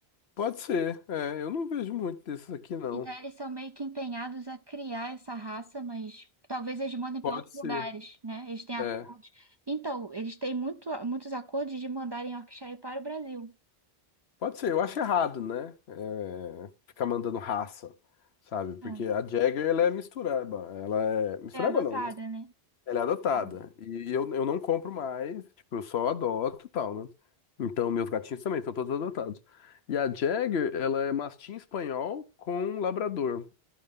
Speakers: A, on the left (about 85°); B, on the right (about 40°).
A: Pode ser, é, eu não vejo muito desses aqui, não.
B: Então eles são meio que empenhados a criar essa raça, mas talvez eles mandem
A: Pode
B: para outros
A: ser,
B: lugares, né? Eles têm acordos.
A: é,
B: Então, eles têm muito, muitos acordos de mandarem Yorkshire para o Brasil.
A: pode ser, eu acho errado, né? é, ficar mandando raça, sabe? Porque
B: Ah,
A: a Jagger, ela é mistureba, ela é, mistureba
B: É adotada,
A: não, né?
B: né?
A: Ela é adotada,
B: Ah.
A: e eu, eu não compro mais, tipo, eu só adoto e tal, né? Então, meus gatinhos também são todos adotados. E a Jagger, ela é mastim espanhol com labrador,